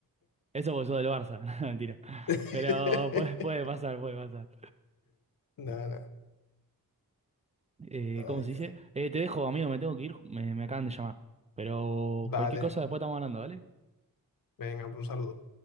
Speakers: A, on the right (about 20°); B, on the left (about 65°).
A: eso porque sos del Barça, <laughs> No, mentira,
B: <laughs>
A: pero puede, puede pasar, puede pasar.
B: Nada, nada.
A: Eh,
B: Ay,
A: ¿cómo se
B: Dios.
A: dice? Eh, te dejo, amigo, me tengo que ir, me, me acaban de llamar, pero
B: Dale,
A: cualquier cosa después estamos hablando, ¿vale?
B: venga, un saludo.